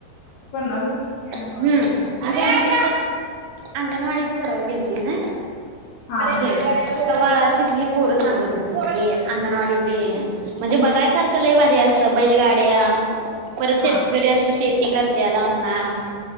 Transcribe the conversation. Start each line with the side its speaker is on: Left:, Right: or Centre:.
Left: पन्नास हजार
Right: हम् म्हणजे आमची अंगणवाडीची परवा गे होती ना.
Left: हा हा
Right: तेव्हा तिथली पोरं सांगत होतीी अंगणवाडीची म्हणजे बघायसारखं लैवारी असत बैलगाड्या- परत शेतकरी
Left: हां,
Right: असं श- ती करते आला म्हणा-